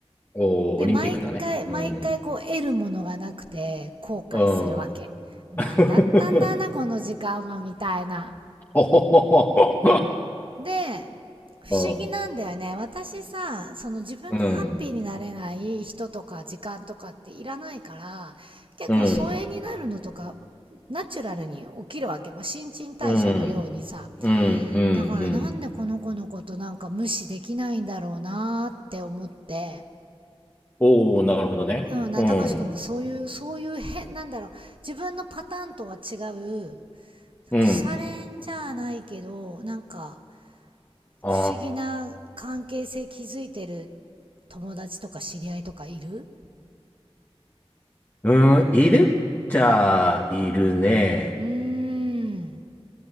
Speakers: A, on the left; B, on the right.
A: おー、
B: で、
A: オリンピックだね。
B: 毎回、
A: うん、
B: 毎回こう得るものがなくて後悔するわけ。
A: うん。
B: なんだったんだな、
A: <laughs>
B: この時間はみたいな。
A: おほほ
B: で、不思議なんだよね。
A: ほ。
B: 私さ、その自分がハッピーになれない人とか時間とかっていらないから、
A: うん、
B: 結構疎遠になるのとか、
A: うん、うん、
B: ナチュラルに起きるわけ。まあ、新陳代謝のようにさ。
A: うん、うん、
B: だからなんでこの子のことなんか無視できないんだろうなーって思って。
A: うん。おお、なるほどね。
B: うん、な、
A: うん、
B: たかしくんもそういう、そういう変、なんだろう、自分のパターンとは違う、
A: うん。
B: 腐れんじゃないけど、なんか、
A: あー
B: 不思議な関係性築いてる友達とか知り合いとかいる
A: うん、いるっちゃいるね。
B: うーん。